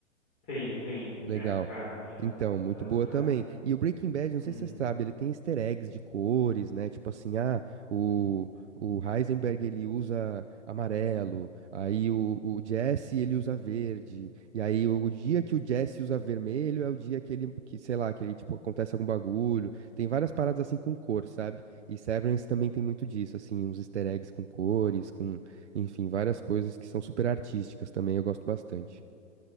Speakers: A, on the left (about 25°); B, on the right (about 65°).
A: Sim, sim.
B: Legal.
A: Essa, cara, essa,
B: Então, muito
A: essa é outra.
B: boa também. E o Breaking Bad, não
A: Uhum.
B: sei se você sabe, ele tem easter eggs de cores, né? Tipo assim, ah, o, o Heisenberg ele usa amarelo, aí o, o Jesse ele usa verde, e aí o, o dia que o Jesse usa vermelho é o dia que ele, que, sei lá, que ele, tipo, acontece algum bagulho. Tem várias paradas assim com cor, sabe? E Severance também tem muito disso, assim, uns easter eggs com cores, com, enfim, várias coisas que são super artísticas também, eu gosto bastante.